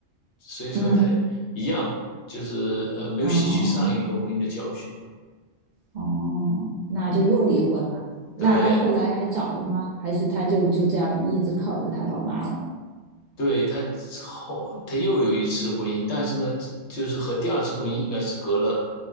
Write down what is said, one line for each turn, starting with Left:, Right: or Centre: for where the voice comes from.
Left: 所以说他一样就是呃没有吸取上一个婚姻的教训嘛。
Right: 嗯哦。哦，那就又离婚了。那他后来还找了吗？
Left: 对，
Right: 还是他就就这样一直靠着他老妈了？
Left: 对，他之后他又有一次婚姻，但是呢，就是和第二次婚姻应该是隔了